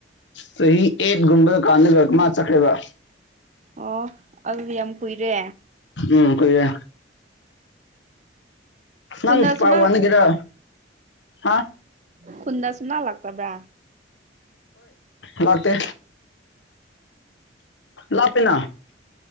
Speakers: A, on the left; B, on the right.
A: ꯆꯍꯤ ꯑꯦꯠꯒꯨꯝꯕꯗ ꯀꯥꯟꯅꯗ ꯃꯥ ꯆꯠꯈ꯭ꯔꯦꯕ
B: ꯑꯣ ꯑꯗꯨꯗꯤ ꯌꯥꯝ ꯀꯨꯏꯔꯦ
A: ꯎꯝ ꯀꯣꯏꯦ ꯅꯪ
B: ꯈꯨꯟꯗ
A: ꯄꯥꯎ
B: ꯁꯨꯡꯂꯥꯛ
A: ꯋꯥ ꯅꯒꯦꯔ ꯑ
B: ꯈꯨꯨꯟꯗ ꯁꯨꯅ ꯂꯥꯛꯇꯥ ꯕ꯭ꯔ
A: ꯂꯥꯛꯇ ꯂꯄꯅ